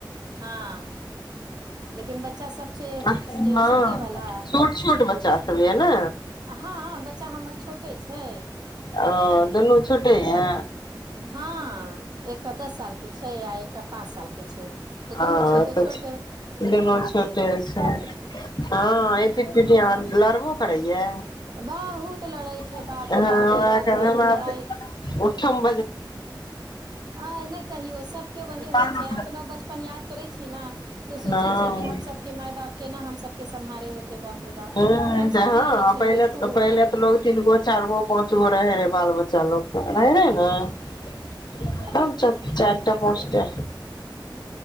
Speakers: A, on the right; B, on the left.
A: हँ। लेकिन बच्चा सब। छै
B: हँ
A: सुतै वाला,
B: छोट छोट बच्चा सब ये ने
A: हाँ बच्चा हमर छोट। तै छै।
B: आ दुनू छोटे ये।
A: हाँ, एकटा दस साल के छै, आ एकटा पाँच साल के छै। तऽ
B: ह
A: दुनू छै
B: तऽ
A: छोटे
B: दुनू छोटे छै, हँ एक-एक पीठीया लड़बो। कर हए।
A: बाहूत लड़ाई छै।
B: अहँ
A: बाप रे बाप
B: हमरा
A: एहन
B: क हमरा
A: लड़ाइ
B: त्। सम्।
A: आ नहि कहियौ, सबके वही
B: हँ
A: होइ छै, अपनों बचपन याद करै छी ने। तऽ सोचै
B: हँ
A: छियै कि, हम सभके माय- बाप के ना हमसब। सम्हारे होते। बाप रे बाप
B: ह
A: हमसभ
B: ह
A: भी लड़ै छलियै
B: पहिे
A: खूब
B: पहले तऽ लोग तीन गो चार गो पहुच जो रह रहे बाल बच्चा लोकोग त रह रहे ने
A: अभी
B: तब चार ट पोसट